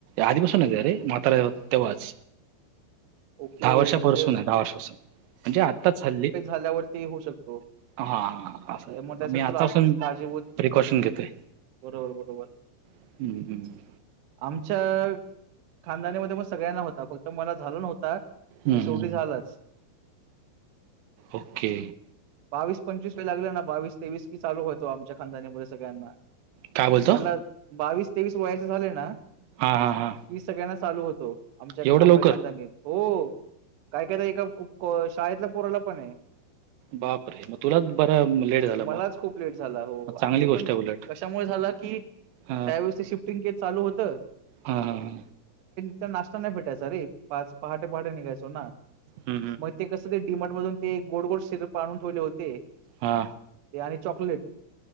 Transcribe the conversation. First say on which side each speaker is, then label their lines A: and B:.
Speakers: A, on the right; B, on the right.
A: आधी पासून आहे कारे म्हातारे आहे तेव्हाच
B: ओके
A: दहा वर्षा
B: म्हणजे
A: पासून आहे दहा वर्षा पासून म्हणजे आत्ताच हल्ली
B: झाल्या वरती होऊ शकतो
A: हा असं आहे
B: त्या मग त्यासाठी
A: मी आतापासून
B: तुला आताच काळजीभुत
A: प्रिकॉशन घेतोय
B: बरोबर- बरोबर
A: हम्म, हम्म.
B: आमच्या खानदाणा मध्ये मग सगळ्यांना होता फक्त मला झाला नव्हता
A: हम्म,
B: पण शेवटी
A: हम्म.
B: झालंच
A: ओके
B: बावीस -पंचवीस वय लागले ना बावीस- तेवीस की चालू होतो आमच्या खानदाणा मध्ये सगळ्यांना
A: काय बोलतो
B: म्हणला बावीस तेवीस वयाचे झाले ना
A: हा हा हा
B: की सगळ्यांना चालू होतो आमच्या
A: एवढं
B: कांबळे
A: लवकर
B: खानद्यानी हो काय कायता एका शाळेतला पोराला पण आहे
A: बापरे मग तुलाच बरं लेट झालं
B: मलाच
A: मग
B: खूप लेट झाला हो
A: मग
B: आणि
A: चांगली
B: ते
A: गोष्ट
B: पण
A: आहे उलट
B: कशामुळे झाला की त्या
A: हा
B: व्यळेथ शिफ्टिंग केट चालू होतं
A: हा ह
B: च्या नाश्ता नाही भेटायचा रे पाच पहाटे पहाटे निघायचो ना
A: हा
B: मग ते कस ते डीम मधून ते गोड गोड शष्र पाळून ठेवले होते
A: हा
B: ते आणि चॉकलेट